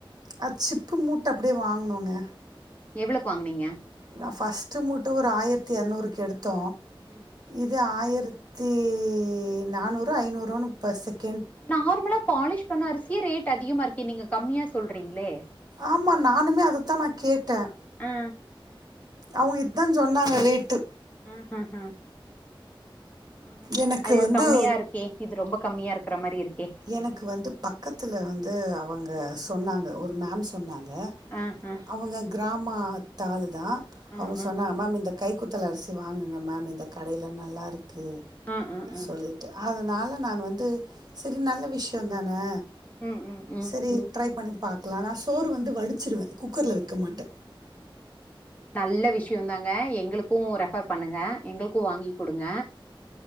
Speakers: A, on the right (about 45°); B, on the left (about 15°).
A: அ சிப்பு மூட்டை அப்படியே வாங்கனுங்க
B: எவ்வளக்கு வாங்கனீங்க
A: நா ஃபஸ்ட்டு முட்ட ஒரு ஆயிரத்தத்துநூறுக்கு எடுத் தே
B: ம்
A: இது ஆயிரத்த ரித்தி நானூ ஐநூறு <unintelligible>
B: நார்மலா பாலிஷ் பண்ண அரிசியே ரேட் அதிகமா இகே நீங்க கம்மியா சொல்லிறீங்களே
A: ஆமா நானுமே அதத்தான் நா கேட்டேன்
B: ஆ
A: அவங்க இதுதான் சொன்னாங்க ரேட்டு
B: ஆஹ் ஆஹ ஆஹ ஹ
A: எனக்கு
B: அது
A: வந்து
B: கம்மியா இருக்கே இது ரொம்ப கம்மியா இருக் ற மாரி இருக்
A: எனக்கு வந்து பக்கத்து வந்து அவங்க
B: ம்
A: சொன்னாங்க ஒரு மேம் சொன்னாங்க
B: ஆ ஆ
A: அவங்க கிராமத்தால தான் ஆளுதான்
B: ஆ
A: அவங்க
B: ஆ
A: சொன்னாங்க மேம் இந்த கை குத்தல் அரிசி வாங்குங்க மேம் இந்த கடிலன்னாங் நல்லா இருக்கு
B: ஆ ஆ ஆ
A: சொல்லிட்டு அதனால் நான் வந்து சேரி நல்ல விஷ் ந்தானே
B: ம் ம் ம் ம்
A: சேரி ட்ரை பண்ணி பார்க்கலாம் நா சோறு வந்து வடிச்சிருடுவே குக்கரில்
B: ம்.
A: வைக்க மாட்டே
B: நல்ல விஷயம் தாங்க எங்களுக்கும் ரெஃபர் பண்ணுங்க எங்களுக்கு வாங்கி குடுங்க